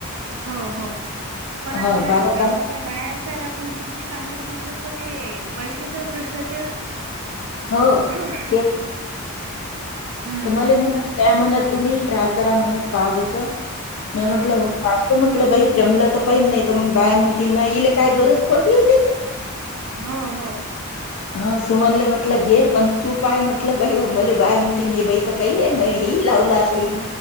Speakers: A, on the right; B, on the left.
A: हो हो पण
B: ह
A: आपल्या
B: बारा
A: गावातल्या
B: तास
A: बाया अश्या आहे ना? आपण किती चांगलं सांगितलं - ते पैशाचा प्रश्न आहे ते,
B: हो
A: हम्म
B: ते
A: हम्म
B: तर मला म्हणत. त्या म्हणत- तुम्ही ट्राय करा म्हणत. पहा जस मी
A: हम्म
B: म्हटलं
A: हम्म
B: हो- आपलं बाई जमलं तर पहिन. नाही तर मग बाया म्हणतील माय हिले काय गरज पडलीए त्याची?
A: हो हो.
B: हा सुमनले म्हटलं घे पण तू पाय म्हटलं बाई हो मले बाय म्हणते हे बाई काही आहे- लावला आता ईन.